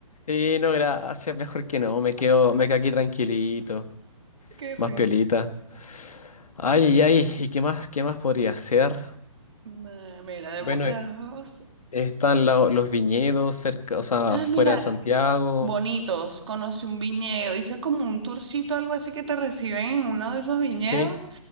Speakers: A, on the left; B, on the right.
A: sí, no, gracias, mejor que no, me quedo, me quedo aquí tranquilito,
B: Qué risa.
A: más piolita. Ay, ay, ay, ¿y qué más, qué más podría hacer?
B: Nah, Mira, de
A: Bueno,
B: mostrarlos.
A: Están la- los viñedos cerca, o sea,
B: Ah,
A: afuera
B: mira,
A: de Santiago.
B: bonitos. Conocí un viñedo. Hice como un tourcito, algo así que te reciben en uno de esos viñedos.
A: Sí,